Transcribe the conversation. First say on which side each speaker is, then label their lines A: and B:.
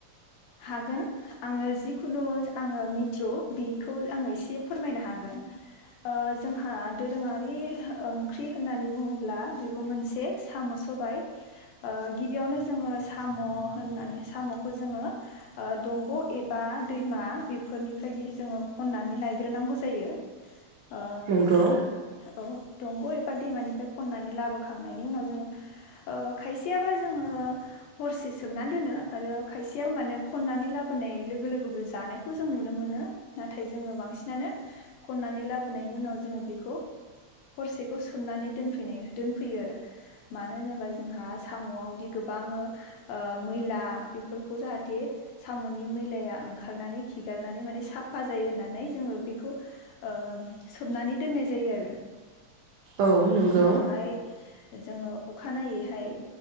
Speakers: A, on the left; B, on the right.
A: हागोन आङो जिखुनु आङो मिथियु बेखौ आङो एसे फोरमायनो हागोन ओ जोंहा दोरोङारि ओंख्रि होननानै बुङोब्ला बेबो मोनसे साम' सबाय ओ गिबियावनो जोङो साम' होननानै साम'खौ जोङो ओ दंग' एबा दैमा बेफोरनिफ्राय जोङो खननानै लायग्रोनांगौ जायो। अ
B: नंगौ
A: अ दंग' दैमानिफ्राय खंनानै लाबो खांनायनि उनाव जों ओ खायसेया बा जों हरसे सोमनानै दोनो‌ आरो खायसे या खननानै लाबोनाय लोगो लोगोबो जानायखौ जों नुनो मोनो नाथाय जोङो बांसिनानो खननानै लाबोनायनि उनाव जोङो बेखौ हरसेखौ सोमनानै दोनफैनाय दोनफैयो आरो मानो होनोबा जोंहा साम'आवदि गोबां ओ मैला बेफोर खौ जाहाथे साम'नि मैलाया ओंखारनानै खिगारनानै माने साफा जायो होननानै जोङो बेखौ ओ सोमनानै दोननाय जायो आरो
B: औ
A: बेनि
B: नंगौ
A: उनावहाय जोङो अखानायैहाय